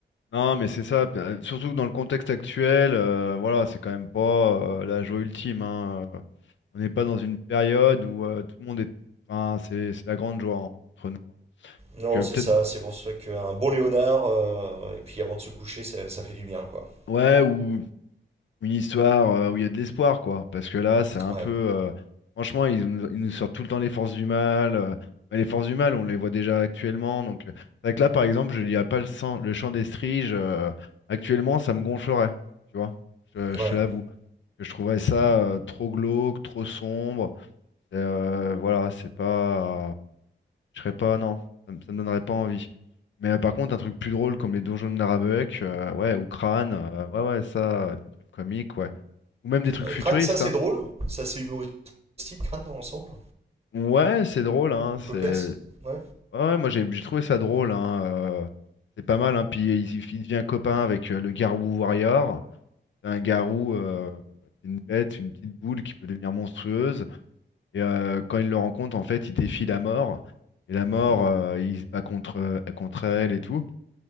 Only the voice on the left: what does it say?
Non, mais c'est ça. p- euh, Surtout que dans le contexte actuel, euh, voilà, c'est quand même pas euh, la joie ultime. hein. Euh, On n'est pas dans une période où euh, tout le monde est. Enfin, c'est c'est la grande joie en- entre nous. hein.
Donc euh,
peut-être,
ouais, ou une histoire euh, où il y a de l'espoir, quoi. Parce que là, c'est un
peu. euh, franchement, ils nous, ils nous sortent tout le temps les forces du mal. euh, mais les forces du mal, on les voit déjà actuellement. Donc, euh, c'est vrai que là, par exemple, je lirais pas le, sang- le chant des striges. euh, actuellement, ça me gonflerait. Tu vois, je, je
te l'avoue. que Je trouverais ça euh, trop glauque, trop sombre. Euh, voilà, c'est pas. Je serais pas, non, ça, me ça me donnerait pas envie. Mais euh, par contre, un truc plus drôle comme les donjons de Narabeuk, euh, ouais, ou Crâne, euh, ouais, ouais, ça, euh, des trucs comiques, ouais. Ou même des trucs
futuristes,
hein.
Ouais, c'est drôle, hein,
c'est...
Ouais,
ouais, moi j'ai j'ai trouvé ça drôle, hein. euh, c'est pas mal, hein. Puis il, il il devient copain avec euh, le Garou Warrior. C'est un garou, euh, c'est une bête, une petite boule qui peut devenir monstrueuse. Et euh, quand il le rencontre, en fait, il défie la mort. Et la mort,
euh, il se bat contre, contre elle et tout.